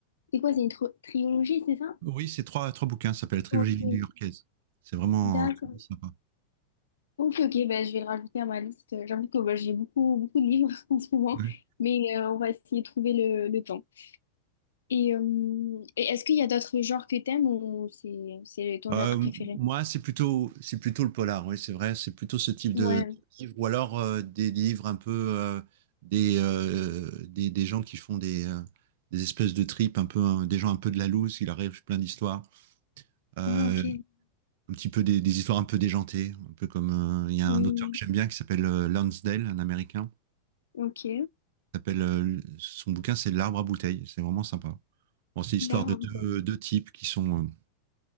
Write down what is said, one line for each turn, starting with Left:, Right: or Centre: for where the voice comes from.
Left: C'est quoi, c'est une tro- trilogie, c'est ça?
Right: Oui, c'est trois, trois bouquins, ça s'appelle la trilogie
Left: Ok,
Right: new-yorkaise. C'est vraiment,
Left: D'accord.
Right: c'est vraiment sympa.
Left: Ok, ok, bah, je vais le rajouter à ma liste. J'avoue que bah, j'ai beaucoup, beaucoup de livres <laughs> en ce moment,
Right: ouais.
Left: mais euh, on va essayer de trouver le, le temps. Et, euh, et est-ce qu'il y a d'autres genres que t'aimes ou c'est, c'est ton
Right: Euh,
Left: genre préféré?
Right: moi, c'est plutôt, c'est plutôt le polar, oui, c'est vrai, c'est plutôt ce type de,
Left: ouais.
Right: de livre, ou alors euh, des livres un peu euh, des, euh, des, des gens qui font des, euh, des espèces de tripes, un peu, hein, des gens un peu de la loose, il arrive plein d'histoires, euh,
Left: Ah, ok.
Right: un petit peu des, des histoires un peu déjantées, un peu comme euh, il y a
Left: Hmm,
Right: un auteur que j'aime bien qui s'appelle euh, Lansdale, un Américain,
Left: ok.
Right: qui s'appelle, euh, son bouquin c'est L'arbre à bouteilles, c'est vraiment sympa. Bon, c'est l'histoire
Left: L'arabe.
Right: de deux, deux types qui sont, euh,